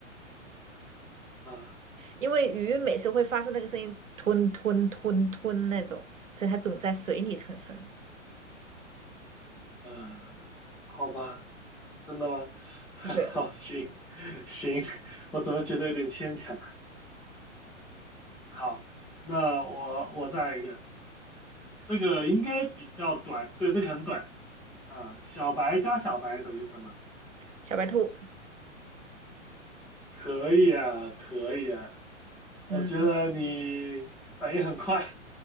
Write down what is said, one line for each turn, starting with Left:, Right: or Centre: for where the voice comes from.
Centre: 啊
Right: 因为鱼每次会发出那个声音，吞吞吞吞那种，所以它总在水里吞声。
Centre: 啊，好吧，真的吗？<laughs> 好，
Right: 对，
Centre: 行行，我怎么觉得有点牵强？好，那我我再来一个，这个应该比较短，对，这个很短啊，小白加小白等于什么？
Right: 小白兔，
Centre: 可以啊，可以啊，我觉得你反应很快，
Right: 嗯，